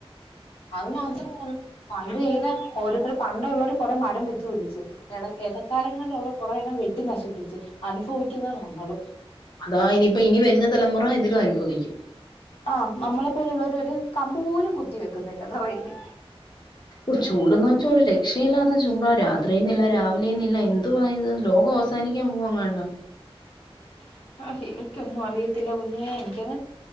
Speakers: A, on the left; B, on the left.
A: അത് മാത്രം <unintelligible> പണ്ട് ചെയ്ത ഓരോരുത്തര് പണ്ട് ഉള്ളോര് കൊറെ മരം വെച്ച് പിടിച്ച് എട എടക്കാലങ്ങളിലുള്ള കൊറേ എണ്ണം വെട്ടി നശിപ്പിച്ച് അനുഭവിക്കുന്ന നമ്മളും
B: അതാ ഇനിയിപ്പോ ഇനി വരുന്ന തലമുറ ഇതിലും അനുഭവിക്കും
A: ആഹ് നമ്മളെ പോലുള്ളവര് ഒരു കമ്പ് പോലും കുത്തി വെക്കുന്നില്ല തറയില്
B: ഓഹ് ചൂടന്ന് വെച്ചാ ഒരു രക്ഷയില്ലാത്ത ചൂടാ രാത്രിന്നില്ല രാവിലെയന്നില്ല എന്തുവാ ഇത് ലോകം അവസാനിക്കാൻ പോവങ്ങാണ്ടാ
A: <unintelligible> ഇൻക്കൊന്നും അറിയ ത്തില്ല കുഞ്ഞേ എനിക്കങ്ങ്